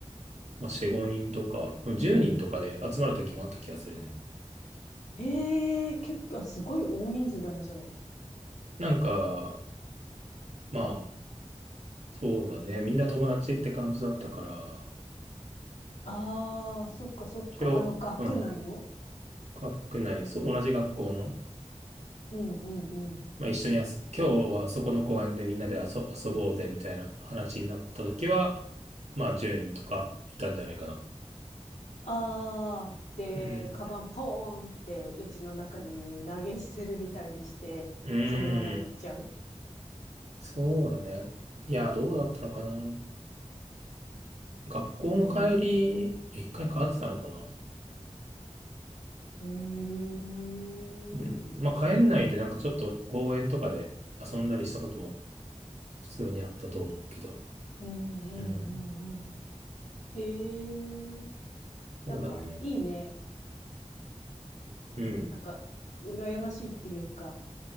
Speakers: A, on the right; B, on the left.
A: まあ、四五人とか、でも十人とかで集まる時もあった気がするね。
B: ええ結構、すごい大人数だね、それ。
A: なんか、まあ、そうだね。みんな友達って感じだったから、
B: ああ、そっかそっか。
A: 今日、
B: あの、学区内の
A: うん、学内、そう、同じ学校の、
B: うんうんうん。
A: まあ、一緒にあす、今日はそこの公園でみんなで遊、遊ぼうぜみたいな話になった時は、まあ、10人とかいたんじゃないかな。
B: ああ、で、
A: うん。
B: カバンポーンって、うちの中に投げ捨てるみたいにして、
A: うーん。
B: そのまま行っちゃう。
A: そうだね。いや、どうだったのかな。学校の帰り、
B: ええ
A: 一回変わってたのかな。
B: うーん。
A: うん。まあ、帰んないでなんかちょっと公園とかで遊んだりしたことも普通にあったと思うけど。
B: うんうんうんうん。
A: うん。
B: へえ、
A: そうだね。
B: なんかいいね。
A: うん。
B: なんか羨ましいっていうか、